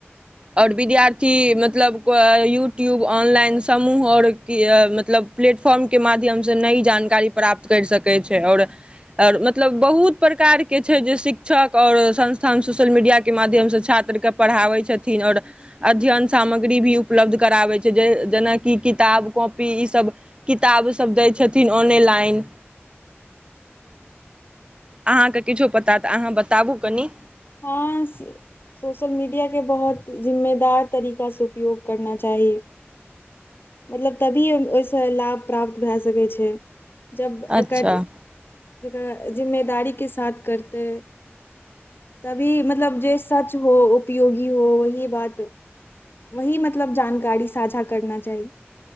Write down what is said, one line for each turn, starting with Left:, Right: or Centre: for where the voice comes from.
Right: और विद्यार्थी मतलब यूट्यूब ऑनलाइन समूह और कि मतलब प्ले प्लेटफॉर्म के माध्यम से नई जानकारी प्राप्त करि सकैय छै आओर आओर मतलब बहुत प्रकारके छै जे शिक्षक ओर संस्थान सोशल मीडियाक के माध्यमसे छात्र पत्र के पढ़ाबै छथिन ओर अध्ययन सामग्री भी उपलब्ध कराबै छै जेनाकि जेनाकि किताब कॉपी सब किताब सब दै छथिन आनेलाइन अहाँके किछो पता तऽ अहाँ बताबू कनि
Left: हाँ सोशल मीडिया के बहुत जिम्मेदार तरीकासे उपयोग करना चाही मतलब तभी ओहिसे लाभ प्राप्त भए सकैय छै जब
Right: अच्छा
Left: एकर जकरा जिम्मेदारीके साथ करतय तभी मतलब जे सच हो उपयोगी हो वही बात वही मतलब जानकारी साझा करना चाही